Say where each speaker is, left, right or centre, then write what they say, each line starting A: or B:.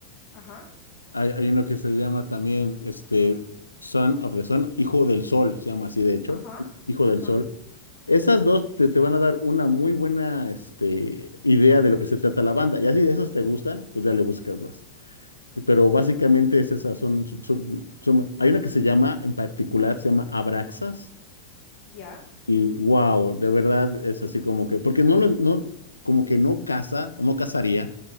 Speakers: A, on the left (about 40°); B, on the left (about 80°).
A: Ajá.
B: Hay, hay uno que se llama también este, Son of the Sun, Hijo del Sol, se llama así de hecho,
A: Ajá,
B: Hijo del
A: ajá,
B: Sol. Esas dos te, te van a dar una muy buena este, idea de lo que se trata la banda. Y así de esas te gustan, pues ya le buscas más. Pero básicamente es esas, son, son, son- son- hay una que se llama, en particular, se llama Abraxas.
A: ya.
B: Y wow, de verdad es así como que, porque no lo, no, como que no casa o no casaría